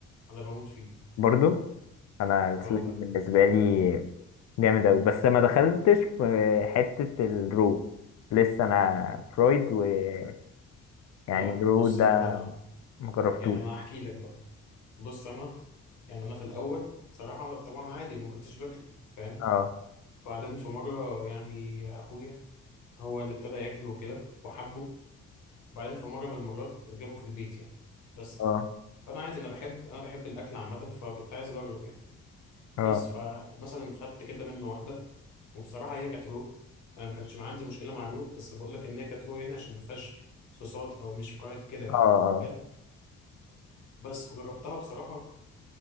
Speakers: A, on the left (about 75°); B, on the left (about 60°).
A: انا بموت فيه
B: برضو أنا السوشي
A: اه بامان
B: بالنسبة لي جامد أوي بس ما دخلتش في حتة الرو لسه أنا فرويد ويعني الرو
A: لا بص
B: ده
A: بقى ده انا
B: مجربتوش
A: يعني انا هحكي لك بقى بص انا يعني انا في الاول بصراحه طبعا عادي ما كنتش باكل فاهم
B: اه
A: بعدين في مره يعني اخويا هو اللي ابتدى ياكله كده وحبه وبعدين في مرة من المرات جابه في البيت يعني بس
B: اه
A: فأنا عادي أنا بحب أنا بحب الأكل عامة فكنت عايز أجرب يعني
B: اه
A: بس فمثلا خدت كده منه واحدة وبصراحة هي كانت رو أنا ما كانش عندي مشكلة مع رو بس بقول لك إن هي كانت رو يعني عشان ما فيهاش صوصات أو مش فرايد كده يعني
B: اه اه
A: حلو بس وجربتها بصراحة